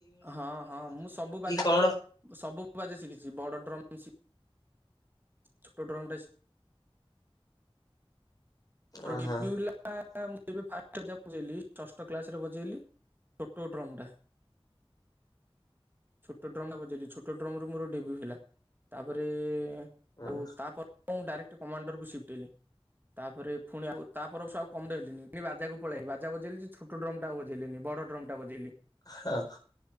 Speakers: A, on the right (about 20°); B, on the left (about 40°).
A: ହଁ ହଁ ମୁଁ ସବୁ ବାଜେ
B: କଣ?
A: ସବୁ ବାଜେ ଶିଖିଛି ବଡ ଡ୍ରମ୍ ଶିଖି ଛୋଟ ଡ୍ରମଟେ ମୋ
B: ଓହୋ
A: ଡିବ୍ୟୁ ହେଲା ଲା ଲା ମୁଁ ଯେବେ ବଜେଇଲି ସଷ୍ଟ କ୍ଲାସ ରେ ବଜେଇଲି ଛୋଟ ଡ୍ରମ ଟା। ଛୋଟ ଡ୍ରମ୍ ବଜେଇି ଛୋଟ ଡ୍ରମ ରୁ ମୋର ଡେବ୍ୟୁ ହେଲା ତାପରେ
B: ହଁ
A: ଆଉ ତାପରକୁ ମୁଁ ଡାଇରେକ୍ଟ କମାଣ୍ଡରକୁ ସିଫ୍ଟ ହେଲି ତାପରେ ପୁଣିଆଉ ତାପର ବର୍ଷ ଆଉ କମଡେଇଲିନି ପୁଣି ବାଜାକୁ ପଳେଆଇଲି ବାଜ ବଜେଇଲିଯେ ଛୋଟ ଡ୍ରମ୍ ଟା ଆଉ ବଜେଇଲିିନି ବଡ ଡ୍ରମ ଟା ବଜେଇଲି।
B: ହଁ